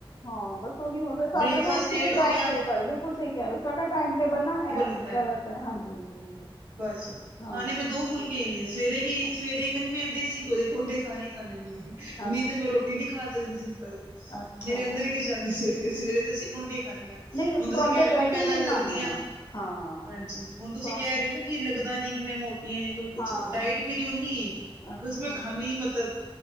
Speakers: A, on the left (about 45°); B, on the right (about 40°).
A: ਹਾਂ ਬਸ ਉਹੀ ਹੋ, ਸਾਡਾ
B: ਬ੍ਰੇਕਫਾਸਟ
A: ਨਾ ਐਕਚੁਲੀ
B: ਲੇਟ ਹੋ
A: ਟੈਮ
B: ਗਿਆ
A: ਟੇਬਲ, ਬਿਲਕੁਲ ਸਹੀ ਕਹਿ ਰਹੇ ਹੋ, ਸਾਡਾ ਟਾਈਮ ਟੇਬਲ ਨਾ ਐਹ
B: ਹੁੰਦਾ
A: ਤੈ ਹਾਂਜੀ -ਹਾਂਜੀ
B: ਬਸ
A: ਹਾਂ
B: ਖਾਣੇ ਮੈਂ ਦੋ ਫੁਲਕੇ ਹੀ ਨੇ। ਸਵੇਰੇ ਵੀ
A: ਅੱਛਾ
B: ਸਵੇਰੇ ਈਵਨ ਮੈਂ ਦੇਸੀ ਘਿਓ ਦੇ ਪਰੋਂਠੇ ਖਾਣੇ ਹੀ ਖਾਂਦੇ ਹੁੰਦੀ ਸੀ, ਨਹੀਂ
A: ਅੱਛਾ
B: ਤੇ ਮੈ ਰੋਟੀ ਇਹ ਨਹੀ ਖਾ ਸਕਦੀ ਸਿੰਪਲ,
A: ਅੱਛਾ ਅੱਛਾ
B: ਮੇਰੇ ਅੰਦਰ ਹੀ ਨਹੀ ਜਾਂਦੀ ਸਵੇਰੇ- ਸਵੇਰੇ। ਅਸੀਂ ਪਰੋਂਠੀ ਖਾਂਨੇ ਆਂ,
A: ਨਹੀਂ
B: ਹੁਣ ਤੁਸੀ
A: ਪਰੌਂਠੇ
B: ਕਹਿ ਰਹੇ
A: ਤੇ
B: ਹੋ ਕਿ
A: ਅਸੀਂ
B: ਮੈਂ ਤੁਹਾਨੂ
A: ਵੀ
B: ਲੱਗਦੀ
A: ਖਾਂਦੇ
B: ਹਾਂ,
A: ਹਾਂ
B: ਹਾਂਜੀ ਹੁਣ ਤੁਸੀਂ
A: ਪਰੌਂਠੇ
B: ਕਹਿ ਰਹੇ ਹੋ ਨਾ ਕੀ ਲੱਗਦਾ ਨਹੀ ਕਿ ਮੈ ਮੋਟੀਆਂ ਜ ਕੋਈ ਕੁਛ
A: ਹਾਂ
B: ਡਾਇਟ ਮੇਰੀ ਉਹਨੀ ਏ।
A: ਅੱਛਾ
B: ਬਸ ਮੈ ਖਾਣੀ ਹੀ ਮਤਲਬ